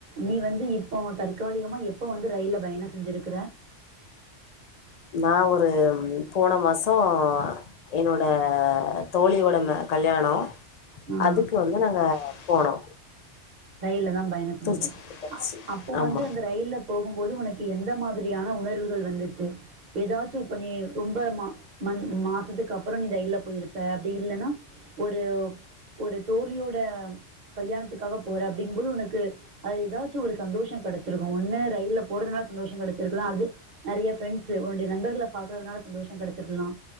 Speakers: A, on the right (about 40°); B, on the left (about 45°).
A: நீ வந்துப் இப்போ தற்காலிகமா எப்போ வந்து ரயில் பயணோ செஞ்சிருக்கற
B: நா ஒரு போன மாசோ என்னோட தோழியோட ம கல்யாணோ
A: ஆ.
B: அதுக்கு வந்து நாங்க போனோ
A: ரயில்ல தா பயண செஞ்ச
B: திருச்சி திருச்சி
A: அப் அப்போ
B: ஆமா
A: வந்து அந்த ரயில்ல போகும்போது உனக்கு எந்த மாதிரியான உணர்வுகள் வந்துச்சி ஏதாச்சு இப்ப நீ ரொம்ப மா மந் மாசத்துக்கு அப்புரோ நீ டையில போயிருப்ப அப்டி இல்லனா ஒரு ஓப் ஒரு தோழியோட கல்யாணத்துக்காக போற அப்டிங்கும்போது உனக்கு அது ஏதாச்சும் ஒரு சந்தோஷ கெடைச்சிருக்கு ஒன்னு ரயில்ல போறதுனால சந்தோஷ கெடைச்சிருக்கலா அது நறைய பிரண்ட்ஸ் உன்னடைய நண்பர்கள பாக்கறதுனால சந்தோஷ கெடைச்சிருக்கலா